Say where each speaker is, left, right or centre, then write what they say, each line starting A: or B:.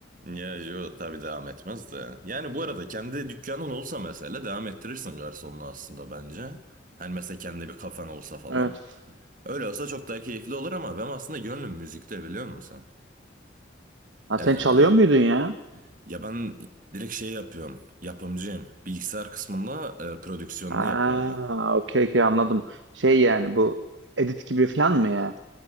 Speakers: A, on the right; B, on the right.
A: Ya yo tabii devam etmez de. Yani bu arada kendi dükkanın olsa mesela devam ettirirsin garsonluğu aslında bence. Hani mesela kendi bir kafen olsa falan.
B: Evet.
A: Öyle olsa çok daha keyifli olur ama ben aslında gönlüm müzikte biliyor musun?
B: Ha, sen
A: Ee,
B: çalıyor muydun ya?
A: ya ben direkt şey yapıyorum. Yapımcıyım. Bilgisayar kısmında e, prodüksiyonunu
B: Ha,
A: yapıyorum ben.
B: okey okey anladım. Şey yani bu edit gibi falan mı ya?